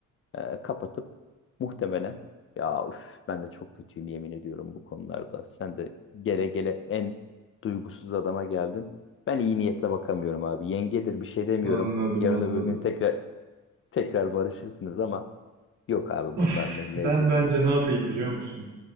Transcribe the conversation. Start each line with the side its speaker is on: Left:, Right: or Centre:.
Left: E, kapatıp muhtemelen ya üf, ben de çok kötüyüm yemin ediyorum bu konularda. Sen de gele gele en duygusuz adama geldin. Ben iyi niyetle bakamıyorum abi. Yengedir bir şey demiyorum.
Right: Anladım,
Left: Yarın
Right: anladım.
Left: öbür gün tekrar tekrar barışırsınız ama yok abi
Right: Of,
Left: bunlar me- mevzu
Right: ben bence
Left: değil.
Right: ne yapayım biliyor musun?